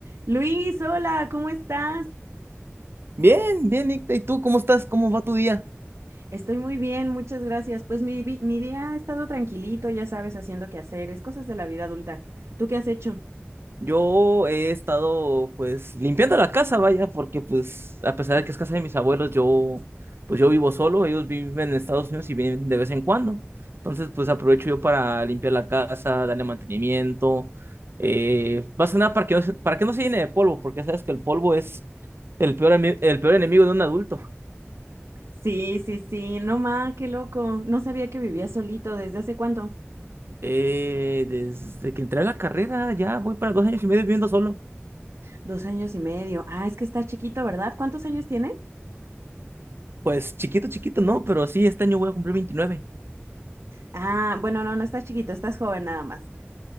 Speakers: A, on the right (about 75°); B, on the right (about 55°).
A: Luis, hola, ¿cómo estás?
B: Bien, bien, Nicta. ¿Y tú cómo estás? ¿Cómo va tu día?
A: Estoy muy bien, muchas gracias. Pues mi, vi- mi día ha estado tranquilito, ya sabes, haciendo quehaceres, cosas de la vida adulta. ¿Tú qué has hecho?
B: Yo he estado, pues, limpiando la casa, vaya, porque, pues, a pesar de que es casa de mis abuelos, yo, pues, yo vivo solo. Ellos viven en Estados Unidos y vienen de vez en cuando. Entonces, pues, aprovecho yo para limpiar la casa, darle mantenimiento. Eh, más que nada para que no se, para que no se llene de polvo, porque ya sabes que el polvo es el peor, ami- el peor enemigo de un adulto.
A: Sí, sí, sí, no ma, qué loco. No sabía que vivías solito. ¿Desde hace cuánto?
B: Eh, desde que entré a la carrera, ya voy para dos años y medio viviendo solo.
A: Dos años y medio. Ah, es que estás chiquito, ¿verdad? ¿Cuántos años tiene?
B: Pues chiquito, chiquito, no, pero sí, este año voy a cumplir veintinueve.
A: Ah, bueno, no, no estás chiquito, estás joven nada más.